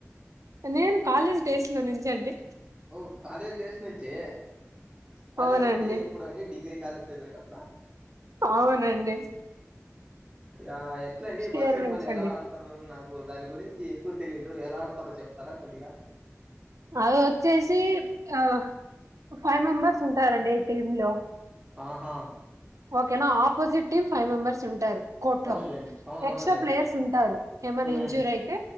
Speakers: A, on the right; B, on the right.
A: నేను కాలేజ్ డేస్ లో నించండి
B: ఓ కాలేజ్ డేస్ నించే కాలేజ్
A: అవునండి
B: అంటే ఎప్పుడు అండి డిగ్రీ కాలేజ్ చెదివెటప్పుడా
A: ఔనండి
B: య ఎట్ల అండి బాస్కెట్బాల్
A: ఇయర్ నుంచి
B: ఎలా
A: అండి
B: ఆడతరు నాక్ ఉవ్ దాని గురించి ఎక్కువ తెలీదు ఎలా ఆడతారో చెప్తారా కొద్దిగా
A: అ ఒ చేసి ఆ ఫైవ్ మెంబర్స్ ఉంటారండి టీమ్ లో
B: ఆహా
A: ఓకెనా ఆపోజిట్ టీమ్ ఫైవ్ మెంబర్స్ ఉంటారు కోర్ట్
B: అవునులేండి
A: లో
B: అవును
A: ఎక్స్ట్రా
B: అవునులేండి
A: ప్లేయర్స్ ఉంటారు ఎమన్నా
B: ఉమ్
A: ఇంజూరీ అయితే